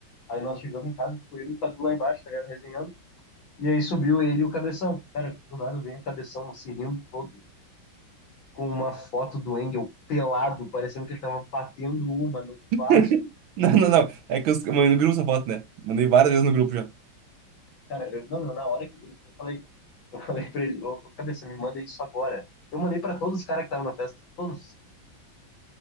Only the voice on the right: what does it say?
<laughs>
Não, não, não. É que eu mandei no grupo essa foto, né? Mandei várias vezes no grupo já.